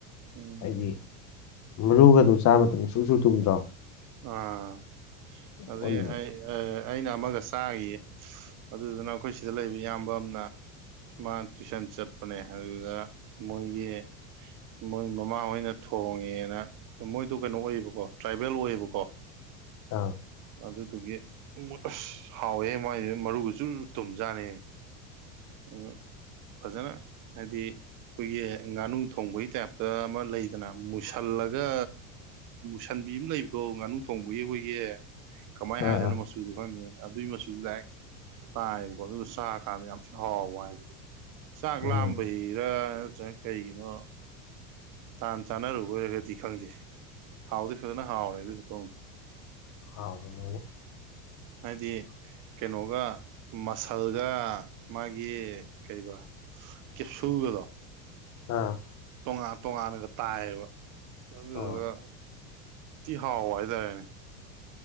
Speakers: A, on the right; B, on the left.
A: ꯎꯝ
B: ꯍꯥꯏꯗꯤ ꯃꯔꯨꯒꯗꯨ ꯆꯥ ꯃꯇꯝꯗ ꯁꯨꯁꯨ ꯇꯨꯝꯗ꯭ꯔꯣ
A: ꯑꯥ ꯑꯗꯒꯤ
B: ꯃꯣꯏꯒꯤꯗꯤ
A: ꯑꯩ ꯑꯩꯅ ꯑꯃꯒ ꯆꯥꯈꯤꯌꯦ ꯑꯗꯨꯗꯨꯅ ꯑꯩꯈꯣꯏ ꯁꯤꯗ ꯂꯩꯕ ꯏꯌꯥꯝꯕ ꯑꯃꯅ ꯃꯥ ꯇꯨꯏꯁꯟ ꯆꯠꯄꯅꯦ ꯑꯗꯨꯗ ꯃꯣꯏꯒꯤ ꯃꯣꯏ ꯃꯃꯥꯍꯣꯏꯅ ꯊꯣꯡꯉꯦꯅ ꯃꯣꯏꯗꯣ ꯀꯩꯅꯣ ꯑꯣꯏꯌꯦꯕꯀꯣ ꯇ꯭ꯔꯥꯏꯕꯦꯜ ꯑꯣꯏꯌꯦꯕ ꯀꯣ
B: ꯑꯥ
A: ꯑꯗꯨꯗꯨꯒꯤ ꯑꯁ ꯍꯥꯎꯋꯦ ꯃꯥꯏꯗꯨ ꯃꯔꯨꯒ ꯖꯨꯔ ꯇꯨꯝꯖꯥꯠꯅꯤꯍꯦ ꯑꯗꯨꯅ ꯐꯖꯅ ꯍꯥꯏꯗꯤ ꯑꯩꯈꯣꯏꯒꯤ ꯉꯥꯅꯨ ꯊꯣꯡꯕꯒꯤ ꯇꯥꯏꯞꯇ ꯑꯃ ꯂꯩꯗꯅ ꯃꯨꯁꯜꯂꯒ ꯁꯥꯟꯕꯤ ꯑꯃ ꯂꯩꯕꯗꯣ ꯉꯥꯅꯨ ꯊꯣꯡꯕꯒꯤ ꯑꯩꯈꯣꯏꯒꯤ ꯀꯃꯥꯏꯅ
B: ꯑꯥ
A: ꯍꯥꯏꯗꯨꯢꯅꯣ
B: ꯑꯥ
A: ꯃꯆꯨꯗꯨ ꯈꯪꯗꯦ ꯑꯗꯨꯒꯤ ꯃꯆꯨꯗꯨ ꯗꯥꯢꯔꯦꯛ ꯇꯥꯏꯑꯦꯕꯀꯣ ꯑꯗꯨꯒ ꯆꯥꯛ ꯀꯥꯟꯗ ꯌꯥꯝ ꯊꯤ ꯍꯥꯎ ꯋꯥꯅꯤꯗ ꯍꯥꯏꯗꯤ ꯆꯥꯛ
B: ꯎꯝ
A: ꯂꯥꯝꯕꯩꯔ ꯅꯠꯇ꯭ꯔꯒꯅ ꯀꯩꯒꯤꯅꯣ ꯇꯥꯟ ꯆꯥꯟꯅꯔꯨꯕꯒꯤꯔ ꯈꯪꯗꯦ ꯍꯥꯎꯗꯤ ꯐꯖꯅ ꯍꯥꯎꯔꯦ ꯑꯗꯨ ꯈꯨꯊꯣꯡ
B: ꯑꯥꯎ <unintelligible>
A: ꯍꯥꯏꯗꯤ ꯀꯩꯅꯣꯒ ꯃꯁꯜꯒ ꯃꯥꯒꯤ ꯀꯩꯔꯤꯕ ꯆꯦꯞꯁꯨꯒꯗꯣ
B: ꯑꯥ
A: ꯇꯣꯉꯥꯟ ꯇꯣꯉꯥꯟꯅꯒ ꯇꯥꯏꯌꯦꯕ ꯑꯗꯨꯗꯨꯒ
B: ꯑꯥ
A: ꯌꯥꯝ ꯊꯤ ꯍꯥꯎꯕ ꯍꯥꯏꯇꯥꯔꯦꯅꯦ